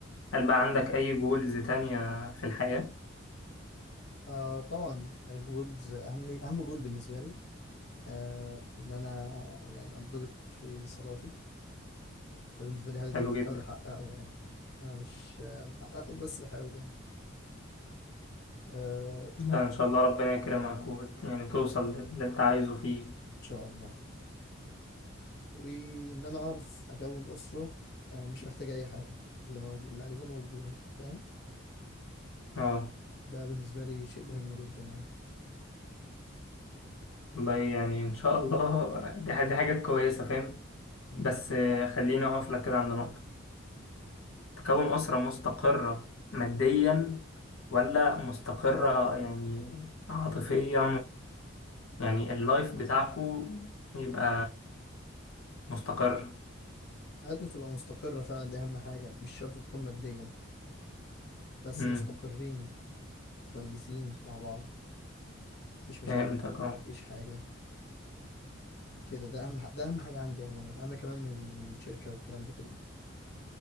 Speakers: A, on the left (about 85°); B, on the left (about 55°).
A: هل بقى عندك أي جولز تانية في الحياة؟
B: آه طبعا جولز اهم اهم جول بالنسبه لي آه ان انا يعني انضبط في صلاتي ده بالنسبه لي هدف
A: حلو
B: بحاول
A: جدا
B: احققه يعني انا مش آه، محققه بس بحاول يعني آه
A: ده إن شاء الله ربنا يكرمك وت- يعني توصل للي أنت عايزه فيه
B: ان شاء الله وان انا اعرف اكون اسره آه مش محتاجه اي حاجه اللي موجود اللي عايزاه موجوده فاهم
A: اه
B: ده بالنسبة لي شيء مهم جدا يعني
A: والله يعني إن شاء الله <laughs> دي ح- دي حاجات كويسة فاهم
B: مم.
A: بس آه، خليني أقف لك كده عند نقطة تكون أسرة مستقرة ماديا ولا مستقرة يعني عاطفيا ويعني اللايف بتاعكو يبقى مستقر
B: حياتنا تبقى مستقرة فعلا دي أهم حاجة مش شرط تكون ماديا بس
A: امم
B: مستقرين كويسين مع بعض مفيش مشاكل
A: فهمتك اه
B: مفيش حاجة كده ده أهم ح... ده أهم حاجة عندي عموما أهم كمان من الشركة والكلام ده كله